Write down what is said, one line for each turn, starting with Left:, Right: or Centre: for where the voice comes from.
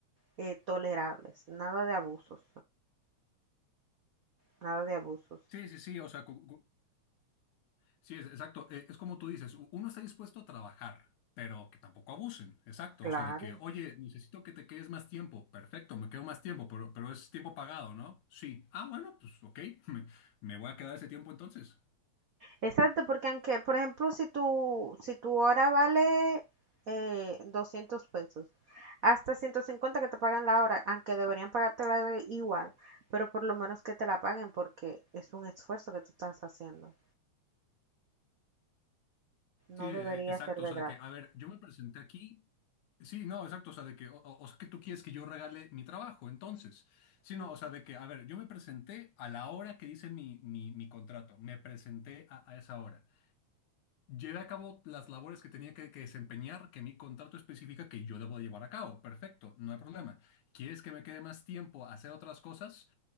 Right: eh, tolerables, nada de abusos, nada de abusos.
Left: Sí, sí, sí, o sea, cu- Sí, es- exacto. Eh, es como tú dices, u- uno está dispuesto a trabajar, pero que tampoco abusen. Exacto.
Right: Claro.
Left: O sea, de que, oye, necesito que te quedes más tiempo. Perfecto, me quedo más tiempo, pero, pero es tiempo pagado, ¿no? Sí. Ah, bueno, pues ok, <laughs> me, me voy a quedar ese tiempo entonces.
Right: Exacto, porque aunque, por ejemplo, si tu, si tu hora vale eh, 200 pesos, hasta 150 que te pagan la hora, aunque deberían pagártela de- igual, pero por lo menos que te la paguen porque es un esfuerzo que tú estás haciendo.
Left: Sí,
Right: No debería
Left: eh, exacto.
Right: ser de
Left: O sea, de
Right: gratis.
Left: que, a ver, yo me presenté aquí. Sí, no, exacto. O sea, de que, o, o- o sea, que tú quieres que yo regale mi trabajo, entonces. Sí, no,
Right: Mm,
Left: o sea, de que, a ver, yo me presenté a la hora que dice mi, mi, mi contrato. Me presenté a a esa hora. Llevé a cabo las labores que tenía que, que desempeñar, que mi contrato especifica que yo debo de llevar a cabo. Perfecto, no hay problema. ¿Quieres que me quede más tiempo a hacer otras cosas?